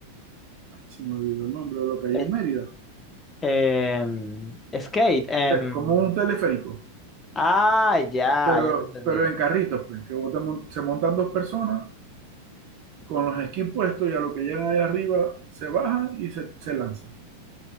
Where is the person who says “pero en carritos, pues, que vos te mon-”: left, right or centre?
Right